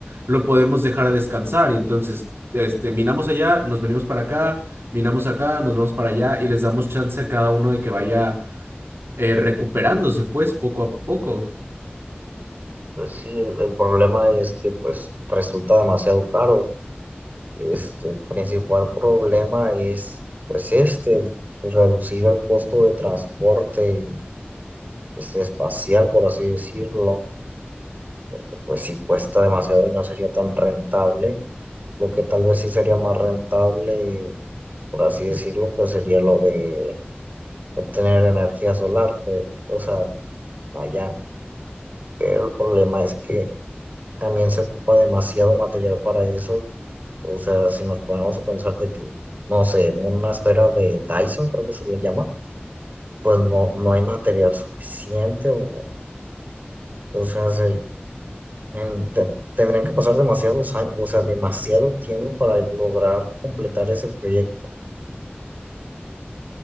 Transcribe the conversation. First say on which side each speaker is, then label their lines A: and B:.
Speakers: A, on the right; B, on the right.
A: lo podemos dejar a descansar y entonces, este, minamos allá, nos venimos para acá, minamos acá, nos vamos para allá y les damos chance a cada uno de que vaya eh, recuperándose pues poco a poco.
B: Pues sí, el el problema es que pues resulta demasiado caro. Este, el principal problema es, pues, este, el reducir el costo de transporte, este, espacial, por así decirlo, porque, pues, si cuesta demasiado y no sería tan rentable, lo que tal vez sí sería más rentable, por así decirlo, pues, sería lo de obtener energía solar, pero, o sea, allá, pero el problema es que También se ocupa demasiado material para eso. O sea, si nos ponemos a pensar de que, no sé, una esfera de Dyson, creo que se le llama, pues no, no hay material suficiente o, o sea, se- en- te- tendrían que pasar demasiados años, o sea, demasiado tiempo para lograr completar ese proyecto.